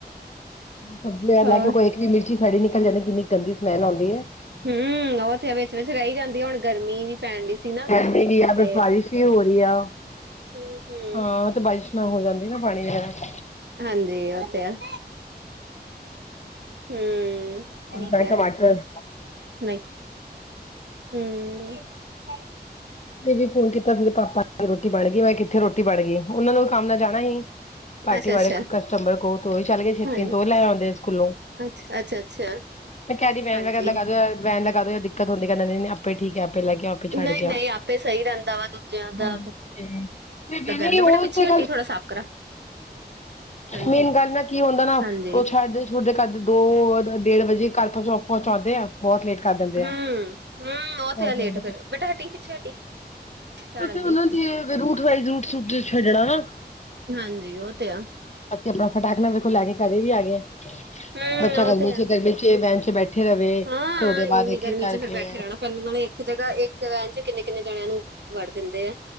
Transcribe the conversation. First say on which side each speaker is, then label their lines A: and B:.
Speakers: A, on the left (about 40°); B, on the right (about 85°).
A: ਸਬਜੀ
B: ਹੋਰ
A: ਲੈਕੇ ਕੋਈ ਇੱਕ ਵੀ ਮਿਰਚੀ ਸੜੀ ਨਿਕਲ ਜਾਂਣੀ, ਕਿੰਨੀ ਗੰਦੀ ਸਮੈਲ ਆਉਂਦੀਏ।
B: ਹੂੰ। ਓ ਤੇ ਹੈ ਵਿਚ-ਵਿਚ ਰੈ ਜਾਂਦੀ ਆ ਹੁਣ, ਗਰਮੀ ਵੀ ਪੈਣ ਡਈ ਸੀ ਨਾ
A: ਗਰਮੀ ਵੀ ਆ
B: ਤੇ
A: ਬਾਰਿਸ਼ ਵੀ ਹੋ ਰਹੀ ਆ
B: ਹੂੰ।
A: ਹਾਂ ਤੇ ਬੱਸ ਹੋ ਜਾਂਦੀ ਨਾ ਪਾਣੀ ਵਗੈਰਹ।
B: ਹਾਂਜੀ, ਓ ਤੇ ਹੈ। ਹੂੰ, ਓ
A: ਬੈਂ
B: ਤੇ ਹੈ।
A: ਟਮਾਟਰ
B: ਨਈ ਹੂੰ। <inaudible>
A: ਤੇ ਵੀ ਫੋਨ ਕੀਤਾ ਤਦੇ ਪਾਪਾ ਰੋਟੀ ਬਣ ਗਈ। ਮੈਂ ਕਿੱਥੇ ਰੋਟੀ ਬਣ ਗਈ ਓਨਾ ਨੂੰ ਵੀ ਕੰਮ ਨਾਲ ਜਾਣਾ ਹੀ। ਪਾਰਟੀ
B: ਅੱਛਾ-ਅੱਛਾ
A: ਵਾਲੇ ਕਸਟਮਬਰ ਕੋ ਤੂੰ ਵੀ ਚੱਲ ਗਏ ਛੇਤੀ
B: ਹਾਂਜੀ
A: ਦੋ ਈ ਲੈ ਆਂਦੇ ਸਕੂਲੋਂ।
B: ਅੱਛਾ-ਅੱਛਾ-ਅੱਛਾ
A: ਮੈਂ ਕਦੀ ਵੈਨ
B: ਹਾਂਜੀ
A: ਵਗੈਰਾ ਲਗਾ ਦੋ। ਵੈਨ ਲਗਾਦੋ ਯਾਰ ਦਿੱਕਤ ਹੁੰਦੀ, ਕੈਦਾ ਨੀ ਆਪੇ ਠੀਕ ਐ ਆਪ ਲੈ ਕੇ ਆਪੇ
B: ਨਈਂ-ਨਈਂ
A: ਛੱਡ ਕੇ ਆਓ
B: ਆਪੇ ਸਈ ਰੈਂਦਾ ਵਾ। ਜਾਦਾ
A: ਹਾਂਜੀ
B: ਫੇਰ
A: ਵੀ
B: <unintelligible>
A: ਨਹੀਂ ਉਹ
B: ਬੇਟਾ ਪਿੱਛੇ
A: ਤੇ
B: ਹੱਟੀ
A: ਗੱਲ
B: ਥੋੜ੍ਹਾ ਸਾਫ ਕਰਾ। ਹਾਂਜੀ
A: ਮੇਨ ਗੱਲ ਨਾਂ ਕੀ ਹੁੰਦਾ ਨਾ
B: ਹਾਂਜੀ
A: ਓ ਛੱਡ ਤੁ ਦੇ ਘਰਦੇ ਦੋ ਡੇਢ ਵਜੇ ਘਰ ਪਹ ਪਹੁੰਚਾਉਂਦੇ ਆ। ਬੋਤ ਲੇਟ ਕਰ ਦਿੰਦੇ।
B: ਹੂੰ-ਹੂੰ,
A: ਆ
B: ਓ
A: ਬਹੁਤ
B: ਤੇ ਆ ਲੇਟ
A: ਜਾਂਦੇ
B: ਫੇਰ ਬੇਟਾ ਹਟੀ ਪਿੱਛੇ ਹਟੀ। ਝਾੜਨ
A: ਫਿਰ
B: ਦੀ
A: ਉਹਨਾ ਦੇ ਰੂਟ ਵਾਈਜ ਰੂਟ ਛੱਡਣਾ ਨਾ।
B: ਹਾਂਜੀ ਉਹ ਤੇ ਆ
A: ਤੇ ਆਪਣਾ ਫਟਾਕ ਨਾ ਵੇਖੋ ਲੈ ਕੇ ਘਰੇ ਵੀ ਆ ਗੀ।
B: ਹੂੰ
A: ਬੱਚਾ ਗਰਮੀ
B: ਉਹ ਤੇ ਆ
A: 'ਚ ਗਰਮੀ ਚ ਵੈਨ ਚ ਬੈਠੇ ਰਵੇ
B: ਹਾਂ
A: ਤੇ ਉਹਦੇ
B: ਇੰਨੀ-ਇੰਨੀ
A: ਬਾਅਦ ਇੱਕ
B: ਗਰਮੀ
A: ਇੱਕ ਕਰਕੇ
B: 'ਚ ਫਿਰ ਬੈਠੇ ਰਹਿਣਾ ਪੈਨੂੰ ਨਾਲੇ ਇੱਕ ਜਗ੍ਹਾ, ਇੱਕ ਲੇਨ 'ਚ ਕਿੰਨੇ- ਕਿੰਨੇ ਜਣਿਆਂ ਨੂੰ, ਵਾੜ ਦਿੰਦੇ ਐ।